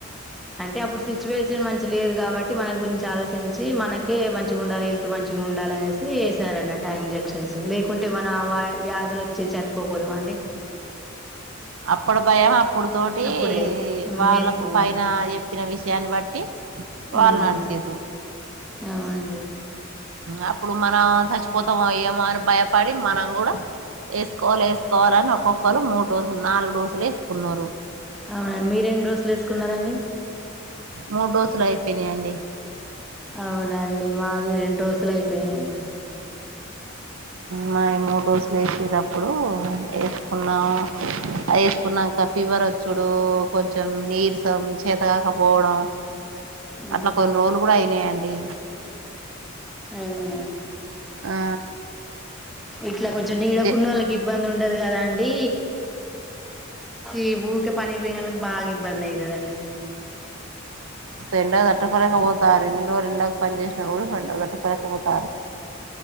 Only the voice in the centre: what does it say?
అంటే అప్పుడు సిచ్యువేషన్ మంచి లేదు కాబట్టి మన గురించి ఆలోచించి మనకే మంచిగా ఉండాలి హెల్త్ మంచి ఉండాలి అనేసి వేశారన్నట్టు ఇంజక్షన్స్ లేకుంటే మనం వ్యాధులు వచ్చి చనిపోపోదుమా అండి
అప్పుడే మ్మ్
వేసుకున్నాం
మ్మ్
అవునండి
అవునండి మీరెన్ని డోస్ లు వేసుకున్నారండి
అవునండి మావి రెండు డోస్ లు అయిపోయినాయండి
మ్మ్
అవునా
ఇట్లా కొంచెం నీడకున్న
వాళ్ళకి ఇబ్బంది ఉండ ఉండదు కదాండి ఇ ఊకే పని పోయిన వాళ్ళకి బాగాంది ఇబ్బంది అయాతదండి